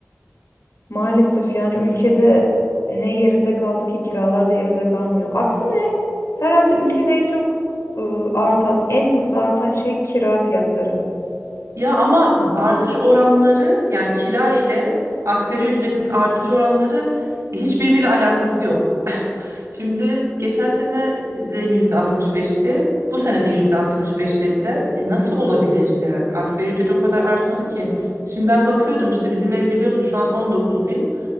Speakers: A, on the left (about 80°); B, on the right (about 80°).
A: Maalesef yani ülkede ne yerinde kaldı ki kiralar da yerinde kalmıyor. Aksine herhalde ülkede en çok ıı, artan, en hızlı artan şey kira fiyatları.
B: Ya ama artış oranları yani kira ile asgari ücretin artış oranları hiçbirbiriyle alakası yok. Şimdi geçen sene de %65'ti. Bu sene de %65 dediler. E nasıl olabilir? Yani asgari ücret o kadar artmadı ki. Şimdi ben bakıyordum işte bizim ev biliyorsun şu an 19.000